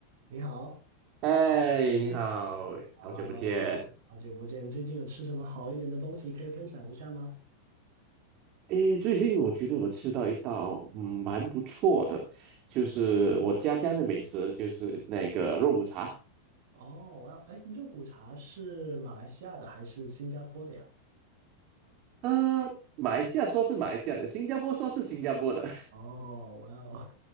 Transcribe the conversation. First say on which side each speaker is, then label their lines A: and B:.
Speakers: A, on the right (about 55°); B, on the right (about 40°).
A: 你好，
B: 嗨，你好，
A: 啊，
B: 好久不见。
A: 好久不见，最近有吃什么好一点的东西可以分享一下吗？
B: 诶，最近我觉得我吃到一道嗯蛮不错的，就是我家乡的美食，就是那个肉骨茶。
A: 哦，哇，哎，肉骨茶是马来西亚的还是新加坡的呀？
B: 呃，马来西亚说是马来西亚的，新加坡说是新加坡的，
A: 哦，哇哦，